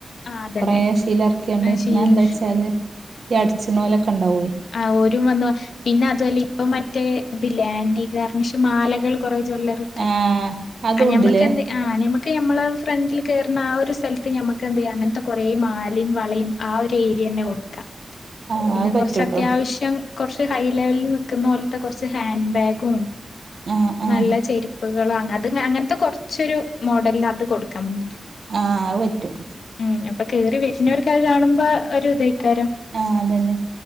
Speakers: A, on the left; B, on the right.
A: ആഹ് അതന്നെ
B: കൊറേ ശീല എറക്കിങ്ങാണ്ട്
A: ആ,
B: എന്നാ
A: ശീല
B: എന്താ വച്ചാല് ഈ അടിച്ച്ണോലൊക്കെ ഉണ്ടാവേയ
A: ആ ഓരും വന്ന് ഭക്ഷ് പിന്നെ അതും അല്ല ഇപ്പ മറ്റേ ഇതില്ലേ ആന്റി ഗാർണിഷ് മാലകള് കൊറേ ജ്വല്ലറി ഓക്കെ
B: ആഹ് അതുണ്ടില്ലേ
A: ആ ഞമ്മക്ക് എന്തെ ആഹ് ഞമ്മക്ക് ഞമ്മളെ ഫ്രണ്ടിൽ കേറുന്ന ആ ഒരു സൽത്ത് ഞമ്മക്ക് എന്തെയ്യ അങ്ങൻത്തെ കൊറേ മാലിം വളിം. ആ ഒര് ഏര്യന്നെ കൊട്ക്ക
B: ആഹ്
A: പിന്നെ
B: അത് പറ്റൂട്ടോ
A: കൊറ്ച്ച് അത്യാവിശ്യം കൊറച്ച് ഹൈ ലെവല്ല് നിക്കുന്നോല്ത്തെ കൊറച്ച് ഹാൻഡ് ബാഗും
B: ആഹ് ആഹ്
A: നല്ല ചെര്പ്പ്കളാണ്. അത് അങ്ങൻത്തെ കൊറച്ചൊരു മോഡല്ല് അത് കൊടുക്കാ മുന്നില്.
B: ആ അത് പറ്റും.
A: ഉം അപ്പൊ കേറി വെര്നോർക്ക അത് കാണുമ്പോ ഒരു ഇതേയ്ക്കാരം.
B: ആഹ് അതന്നെ.